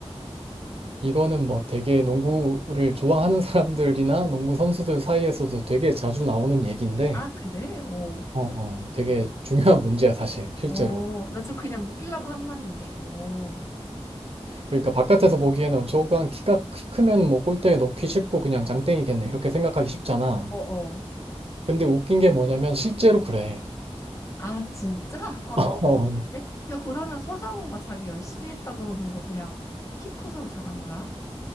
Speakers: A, on the right (about 60°); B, on the left (about 30°).
A: 이거는 뭐 되게 농구를 좋아하는 사람들이나 농구 선수들 사이에서도 되게 자주 나오는 얘기인데,
B: 아, 그래? 어.
A: 어, 어, 되게 중요한 문제야, 사실, 실제로.
B: 어, 나 좀 그냥 웃기려고 한 말인데, 어, 어,
A: 그러니까 바깥에서 보기에는 저거 한 키가 키 크면 뭐 골대에 넣기 쉽고 그냥 장땡이겠네. 이렇게 생각하기 쉽잖아.
B: 어.
A: 근데 웃긴 게 뭐냐면 실제로 그래.
B: 아, 진짜? 아,
A: 어.
B: 너무 웃긴데? 야, 그러면 서장호 막 자기 열심히 했다 그러는 거 그냥 키 커서 잘한 거야?